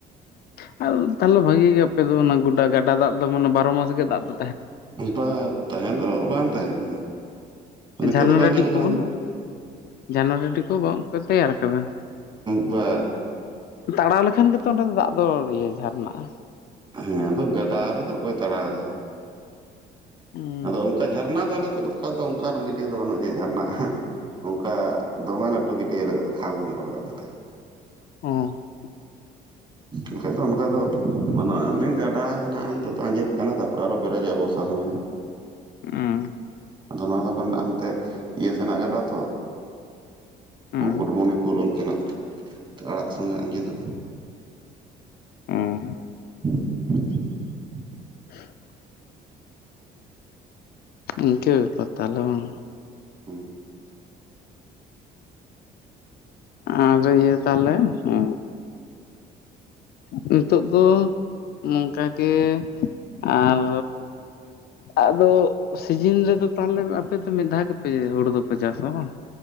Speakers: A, on the left; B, on the right.
A: ᱦᱮᱸ ᱛᱟᱦᱚᱞᱮ ᱵᱷᱟᱜᱮ ᱜᱮ ᱟᱯᱮ ᱫᱚ ᱚᱱᱟ ᱜᱚᱰᱟ ᱜᱟᱰᱟ ᱫᱟᱜ ᱫᱚ ᱢᱟᱱᱮ ᱵᱟᱨᱚ ᱢᱟᱥ ᱜᱮ ᱫᱟᱜ ᱫᱚᱼᱼ
B: ᱵᱟ ᱛᱟᱦᱮᱸ ᱫᱚ ᱵᱟᱝ ᱛᱟᱦᱮᱱᱟ ᱱᱤᱛᱳᱜ
A: ᱡᱷᱟᱨᱱᱟ
B: ᱫᱚ ᱵᱟᱝ
A: ᱰᱟᱹᱰᱤ
B: ᱟᱸᱡᱮᱫ ᱠᱟᱱᱟ
A: ᱠᱚ ᱵᱟᱹᱱᱩᱜᱼᱟ
B: ᱡᱮᱢᱚᱱᱼᱼ
A: ᱡᱷᱟᱨᱱᱟ ᱰᱟᱰᱤ ᱠᱚ ᱵᱟᱝ ᱯᱮ ᱛᱮᱭᱟᱨ ᱠᱟᱫᱟ?
B: ᱵᱟᱻ
A: ᱛᱟᱲᱟᱣ ᱞᱮᱠᱷᱟᱱ ᱜᱮᱛᱚ ᱚᱸᱰᱮ ᱫᱚ ᱫᱟᱜ ᱫᱚ ᱤᱭᱟᱹ ᱡᱷᱟᱨᱱᱟᱼᱟ᱾
B: ᱦᱮᱸ ᱟᱫᱚ ᱜᱟᱰᱟ ᱨᱮᱫᱚ ᱚᱠᱚᱭ ᱛᱟᱲᱟᱣ ᱮᱫᱟ᱾
A: ᱦᱩᱸ
B: ᱟᱫᱚ ᱚᱱᱠᱟ ᱡᱷᱟᱨᱱᱟ ᱫᱚ ᱟᱞᱮ ᱥᱮᱱ ᱱᱚᱝᱠᱟ ᱫᱚ ᱚᱱᱠᱟᱱᱟᱜ ᱜᱟᱹᱴᱭᱟᱹ ᱫᱚ ᱵᱟᱹᱱᱩᱜᱼᱟ ᱡᱮ ᱡᱷᱟᱨᱱᱟᱼᱟ ᱚᱱᱠᱟ ᱫᱚᱢᱮ ᱞᱟᱹᱴᱩ ᱜᱤᱰᱭᱟᱹ ᱞᱟᱜᱟᱜ ᱠᱷᱟᱞ ᱧᱚᱜ ᱞᱟᱜᱟᱼᱟ ᱛᱟᱞᱦᱮᱼᱼ
A: ᱚ <inaudible>
B: ᱵᱟᱠᱷᱟᱟᱱ ᱫᱚ ᱚᱱᱠᱟ ᱫᱚ ᱵᱟᱱᱩ-ᱟ ᱮᱢᱱᱤ ᱜᱟᱰᱟ ᱦᱮᱱᱟᱜᱼᱟ ᱱᱤᱛᱚᱜ ᱫᱚ ᱟᱸᱡᱮᱫ ᱠᱟᱱᱟ ᱛᱟᱨᱯᱚᱨᱮ ᱟᱨᱚ ᱯᱮᱨᱮᱡᱚᱜᱼᱟ ᱵᱚᱨᱥᱟ ᱥᱚᱢᱚᱭ ᱦᱟᱸᱜ
A: ᱚ
B: ᱟᱫᱚ ᱱᱚᱣᱟ ᱫᱚ ᱠᱷᱟᱱ ᱦᱟᱱᱛᱮ ᱤᱭᱟᱹ ᱥᱮᱱᱟᱜ ᱜᱟᱰᱟ ᱛᱚᱼᱼ
A: ᱦᱩᱸ
B: ᱢᱩᱠᱩᱴᱢᱚᱱᱤᱯᱩᱨ ᱚᱱᱛᱮᱱᱟᱜ ᱟᱲᱟᱜ ᱥᱚᱸᱜᱮ ᱟᱸᱡᱮᱫᱚᱜᱼᱟ
A: ᱚᱸᱻ
B: <inaudible>
A: <inaudible> ᱤᱱᱠᱟᱹ ᱵᱮᱯᱟᱨ ᱛᱟᱦᱞᱮ ᱵᱟᱝ᱾
B: ᱦᱩ᱾
A: ᱟᱫᱚ ᱤᱭᱟᱹ ᱛᱟᱦᱞᱮ ᱦᱩ᱾ ᱱᱤᱛᱚᱜ ᱫᱚ ᱱᱚᱝᱠᱟ ᱜᱮ ᱟᱨᱻ ᱟᱫᱚ ᱥᱤᱡᱤᱱ ᱨᱮᱫᱚ ᱛᱟᱦᱚᱞᱮ ᱟᱯᱮ ᱫᱚ ᱢᱤᱫ ᱫᱷᱟᱣ ᱜᱮᱯᱮ ᱦᱩᱲᱩ ᱫᱚᱯᱮ ᱪᱟᱥᱟ ᱵᱟᱝ?